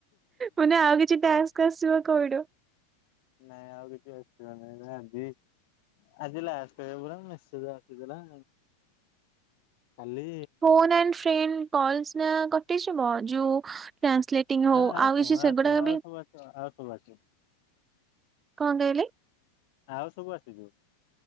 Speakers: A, on the right (about 15°); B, on the left (about 50°).
A: ମାନେ ଆଉ କିଛି ଟାସ୍କ ଆସିବ କଇଡ।
B: ନାଇଁ ଆଉ କିଛି ଆସ ବନି ଆଜି ଆଜି ଲାଷ୍ଟେ ପା ମେସେଜ ଆସିଥିଲା। ଖାଲି
A: ଫୋନ ଆଣ୍ଡ ଫ୍ରେନ୍ କଲସ ନା କଟିଛିବ ଯୋଉ ଟ୍ରାନ୍ସଲେଟିଂ ହଉ
B: ହଁ
A: ଆଉ
B: ସବୁ
A: କିଛି ସେଗୁଡା
B: ସବୁ ଆଉ
A: ବି
B: ସବୁ ଆସିବ ଆଉ ସବୁ ଆସିବ
A: କଣ କହିଲି?
B: ଆଉ ସବୁ ଆସିଛୁ।